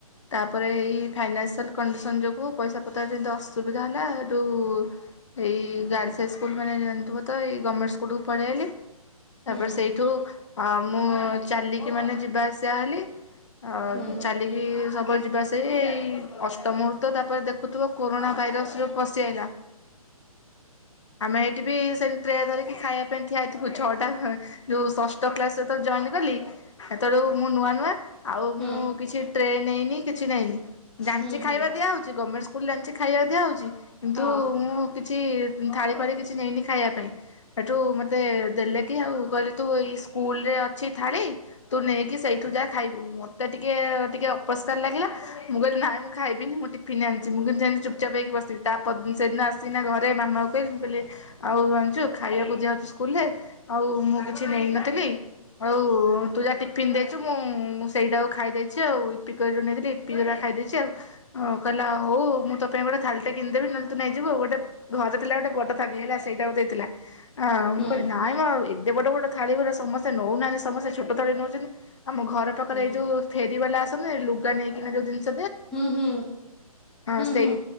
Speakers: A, on the left; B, in the centre.
A: ତାପରେ ଏଇ ଫାଇନାନ୍ସିଆଲ୍ କଣ୍ଡିସନ୍ ଯୋଗୁଁ ପଇସା ପତ୍ର ଯେମିତି ଅସୁବିଧା ହେଲା ହେଠୁ ଏଇ ଗାର୍ଲସ ହାଇସ୍କୁଲ ମାନେ ଯାନିଥିବ ତ ଏଇ ଗମେଣ୍ଟ କିଡୁକୁ ପଳେଇ ଆଇଲି
B: ହୁଁ
A: ତାପରେ ସେଇଠୁ ଅଂ ମୁଁ ଚାଲିକି ମାନେ ଯିବା ଆସିବା ହେଲି ଅ
B: ହୁଁ
A: ଚାଲିକି ସବୁବେଳେ ସେଇ ଅଷ୍ଟମରୁ ତ ତାପରେ ଦେଖୁଥିବ କୋରୋନା ଭାଇରସ ଜଉ ପସିି ଆଇଲା ଆମେ ଏଠି ବି ସେ ଟେ ଧରିକି ଖାଇବା ପାଇଁ ଠିଆ ହେଇଥିବୁ ଛଅଟା ଯୋଉ ଷଷ୍ଟ କ୍ଲାସ ରେ ଯେତେବେଳେ ଜଏନ୍ କଲି ସେତେବେୁଳେ ମୁଁ ନୂଆ ନୂଆ ଆଉ
B: ହୁଁ
A: ମୁଁ କିଛି ଟ୍ରେନ୍ ନେଇନି କିଛି ନେଇନି ଜାଣିଛି
B: ହୁଁ ହୁଁ
A: ଖାଇବା ଦିଆହଉଛି ଗମେଣ୍ଟ ସ୍କୁଲ ଲଞ୍ଚ ରେ ଖାଇବାକୁ ଦିଆହେଉଛି କିନ୍ତୁ
B: ହଁ
A: ମୁଁ କିଛି ଥାଳି ଫାଳି କିଛି ନେଇନି ଖାଇବା ପାଇଁ। ହେଠୁ ମୋତେ ଦେଲେକି ଆଉ କହିଲେ ତୁ ଏଇ ସ୍କୁଲରେ ଅଛି ଥାଳି ତୁ ନେଇକି ସେଇଠୁ ଯା ଖାଇବୁ ମୋତେ ଟିକେ ଟିକେ ଅପସ୍କାର ଲାଗିଲା ମୁଁ କହିଲି ନାହିଁ ମୁଁ ଖାଇବିନି ମୁଁ ଟିଫନ୍ ଆଣିଛି ମୁଁ କହିଲି ଯେମିତି ଚୁପଚାପ୍ ହେଇକି ବସିବି ତା ପରଦିନ ସେଦିନ ଆସିିଗିନା ଘରେ ମାମାକୁ କହିଲି ମୁଁ କହିଲି ଆଉ ଜାଣିଛୁ ଖାଇବାକୁ ଦିଆହଉଛି ସ୍କୁଲରେ ଆଉ ମୁଁ କିଛି ନେଇନଥିଲି ଆଉ ତୁ ଯାହା ଟିଫିନ୍ ଦେଇଛୁ ମୁଁ ମୁଁ ସେଇଟାକୁ ଖାଇ ଦେଇେଇଛି ଆଉ ଇପି କରି ଯଉ ନେଇଥିଲି ଇପି ଗୁରା ଖାଇ ଦେଇଛି ଆଉ କହିଲା ହଉ ମୁଁ ତୋ ପାଇଁ ଗୋଟେ ଥାାଲିଟେ କିଣିଦେବି ନହେଲେ ତୁ ନେଇଯିବୁ ଆଉ ଗୋଟେ ଘରେ ଥିଲା ଗୋଟେ ବଡ଼ ଥାଳି ହେଲା ସେଇଟାକୁ ଦେଇଥିଲା। ଆଁ ମୁଁ
B: ହୁଁ
A: କହିଲି ନାଇଁ ମ ଏଡେ ବଡ ବଡ ଥାଳି ଗୁରେ ସମସ୍ତେ ନଉନାହାନ୍ତି ସମସ୍ତେ ଛୋଟ ଥାଳି ନଉଛନ୍ତି। ଆମ ଘର ପାଖରେ
B: ହୁଁ
A: ଏଇ ଯୋଉ ଫେରିବାଲା ଆସେ ଲୁଗା ନେଇକିନା ଯୋଉ ଜିନଷ
B: ହୁଁ ହୁଁ
A: ହଁ
B: ହୁଁ
A: ସେଇ
B: ହୁଁ